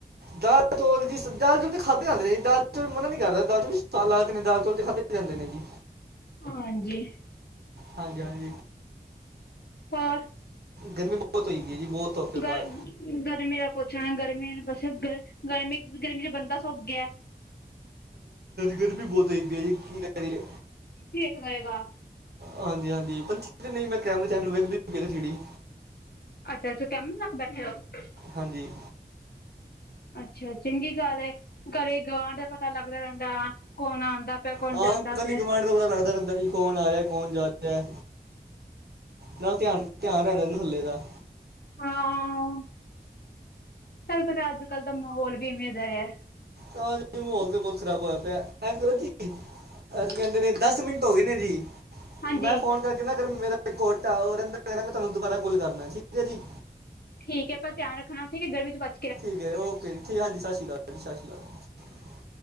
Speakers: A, on the right (about 70°); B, on the left (about 65°).
A: ਦਾਲ ਚੌਲ ਜੀ, ਦਾਲ ਚੋਲ ਤੇ ਖਾਧੇ ਆਂਦੇ ਨੇ, ਦਾਲ ਚੋਲ ਮਨਾ ਨੀ ਕਰਦਾ ਦਾਲ ਚੋਲ ਸਵਾਦ ਲੱਗਦੇ ਨੇ ਦਾਲ ਚੋਲ ਤੇ ਖਾਧੇ ਜਾਂਦੇ ਨੇ <inaudible>
B: ਹਾਂਜੀ
A: ਹਾਂਜੀ ਹਾਂਜੀ
B: ਹੋਰ
A: ਗਰਮੀ ਬਹੁਤ ਹੋਈ ਪਈ ਹੈ ਜੀ ਬਹੁਤ ਧੁੱਪ ਹੈ ਬਾਹਰ
B: ਗਰ ਗਰਮੀ ਦਾ ਪੁੱਛਣ ਗਰਮੀ ਬਸ ਗਰਮੀ ਗਰਮੀ ਚ ਬੰਦਾ ਸੋਕ ਏ ਐ
A: ਗਰਮੀ ਬਹੁਤ ਹੋਈ ਪਈ ਹੈ ਜੀ, ਕੀ ਕਰੀਏ?
B: ਰਹੇਗਾ
A: ਹਾਂਜੀ ਹਾਂਜੀ, ਪੰਛੀ ਤੇ ਨਹੀਂ ਮੈਂ ਕੈਮਰੇ ਵਿੱਚ <unintelligible> ਵੇਖਦੀ ਚਿੜੀ
B: <unintelligible> ਰਖ ਬੈਠੇ ੳ
A: ਹਾਂਜੀ
B: ਅੱਛਾ, ਚੰਗੀ ਗੱਲ ਏ ਘਰੇ ਗਾਂ ਦਾ ਪਤਾ ਲੱਗਦਾ ਰਹਿੰਦਾ ਕੋਨ ਆਂਦਾ ਪਿਆ ਕੌਣ
A: ਹਾਂ,
B: ਜਾਂਦਾ
A: ਗਲੀ
B: ਪਿਆ।
A: ਗਵਾਂਢ ਦਾ ਪਤਾ ਲੱਗਦਾ ਰਹਿੰਦੇ ਕਿ ਕੌਨ ਆ ਰਿਹਾ ਕੌਨ ਜਾ ਰਿਹਾ ਨਾਲ ਧਿਆਨ ਧਿਆਨ ਰਹਿੰਦੇ ਨਾ ਥਲੇ ਦਾ
B: ਹਾਂ, ਚੱਲ ਪਤਾ ਅੱਜ ਕੱਲ ਦਾ ਮਾਹੌਲ ਵੀ ਇਵੇਂ ਦਾ ਐ ਹੈ
A: ਹਾਂਜੀ, ਮੋਹਲ ਤੇ ਬਹੁਤ ਖ਼ਰਾਬ ਹੋਇਆ ਪਿਆ <unintelligible> ਅਹ ਕਹਿੰਦੇ ਨੇ ਦਸ ਮਿੰਟ ਹੋ ਗਏ ਨੇ ਜੀ,
B: ਹਾਂਜੀ
A: ਮੈਂ ਫੋਨ ਕਰਕੇ ਨਾ ਅਗਰ ਮੇਰਾ ਇਕ <unintelligible> ਉਹ ਰਹਿੰਦਾ ਕਹਿੰਦਾ ਮੈਂ ਤੁਹਾਨੂੰ ਦੁਬਾਰਾ ਕੋਲ ਕਰਨਾ, ਠੀਕ ਹੈ ਜੀ
B: ਠੀਕ ਹੈ, ਅਪਨਾ ਧਿਆਨ ਰੱਖਣਾ, ਠੀਕ ਹੈ ਗਰਮੀ ਚ ਬ
A: ਠੀਕ ਓਕੇ ਠੀਕ ਹਾਂਜੀ ਸਤਿ ਸ਼੍ਰੀ ਅਕਾਲ ਹਾਂ ਸਤਿ ਸ਼੍ਰੀ ਅਕਾਲ-